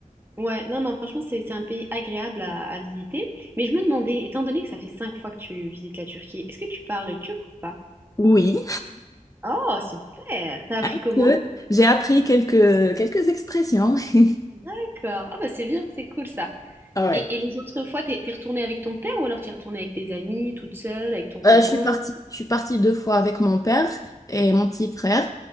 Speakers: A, on the right (about 15°); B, on the left (about 25°).
A: Ouais, non, non, franchement, c'est c'est un pays agréable à, à visiter, mais je me demandais, étant donné que ça fait cinq fois que tu visites la Turquie, est-ce que tu parles turc ou pas?
B: Oui,
A: Oh, super! T'as
B: <laughs>
A: appris comment?
B: que j'ai appris quelques, quelques expressions. <laughs>
A: D'accord. Ah bah c'est bien, c'est cool ça.
B: Ah ouais.
A: Et, et les autres fois, t'es t'es retournée avec ton père ou alors t'es retournée avec tes amis, toute seule, avec ton conjoint?
B: Euh, je suis partie, je suis partie deux fois avec mon père et mon petit frère.